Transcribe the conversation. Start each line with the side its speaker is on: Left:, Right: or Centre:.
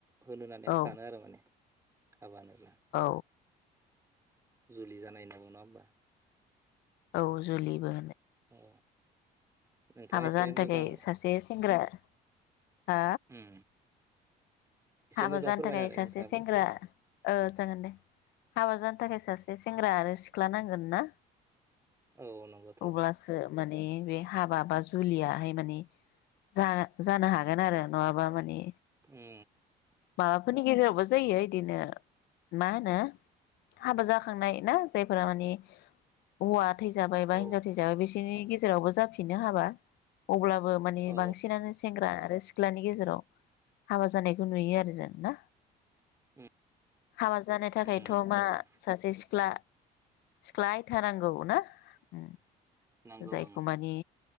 Right: होनो होनानै
Left: औ
Right: आं सानो आरो माने, हाबा होनोब्ला,
Left: औ
Right: जुलि जानाय होनना बुङो नङा होमबा,
Left: औ जुलिबो,
Right: औ नोंथाङा
Left: हाबा
Right: एसे
Left: जानो
Right: मोजां
Left: थाखाय सासे सेंग्रा, हा
Right: उम एसे
Left: हाबा
Right: मोजां
Left: जानो
Right: फोरमायना
Left: थाखाय
Right: होलाय
Left: सासे
Right: नोंथाङाबो
Left: सेंग्रा ओ, जागोन दे हाबा जानो थाखाय सासे सेंग्रा आरो सिख्ला नांगोन ना?
Right: औ नंगौथ'
Left: अब्लासो माने बे हाबा बा जुलियाहाय माने जानो जानो हागोन आरो नङाबा माने,
Right: ए
Left: माबा फोरनि गेजेरावबो जायो इदिनो मा होनो हाबा जाखांनाय ना जायफोरा माने हौवा, थैजाबाय बा
Right: औ
Left: हिनजाव थैजाबाय बिसो बिनि गेजेरावबो जाफिननो हाबा अब्ला, बो माने
Right: औ
Left: बांसिनानो सेंग्रा आरो, सिख्लानि गेजेराव हाबा जानायखौ नुयो आरो गोजोना
Right: उम
Left: हाबा जानो थाखायथ'
Right: उम
Left: मा
Right: आरो
Left: सासे सिख्ला, सिख्लाय फैखानांगौ ना उम
Right: नांगौ
Left: जायखौ
Right: ओं
Left: माने